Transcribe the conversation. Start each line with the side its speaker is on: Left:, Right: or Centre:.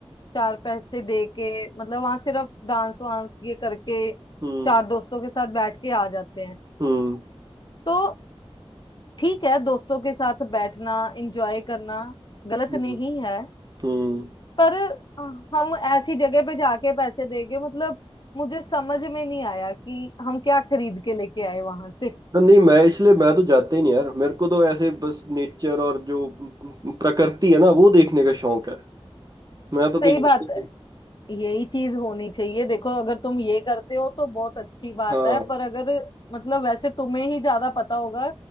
Left: चार पैसे दे के मतलब वहां सिर्फ डांस वांस ये करके
Right: हम्म
Left: चार दोस्तों के साथ बैठ के आ जाते हैं
Right: हम्म
Left: तो ठीक है दोस्तों के साथ बैठना एंजॉय करना गलत
Right: हम्म
Left: नहीं है
Right: हम्म
Left: पर अ, हम ऐसी जगह पे जाके पैसे देंगे मतलब मुझे समझ में नहीं आया कि हम क्या खरीद के लेके आए वहां से
Right: ना, नहीं मैं इसलिए मैं तो जाते ही नहीं यार मेरे को तो ऐसे बस नेचर और जो प्रकृति है ना वो देखने का शौक है मैं तो कहीं
Left: सही
Right: जाता
Left: बात
Right: ही
Left: है
Right: नहीं
Left: यही चीज होनी चाहिए देखो अगर तुम ये करते हो तो बहुत अच्छी बात
Right: हाँ
Left: है पर अगर मतलब वैसे तुम्हें ही ज्यादा पता होगा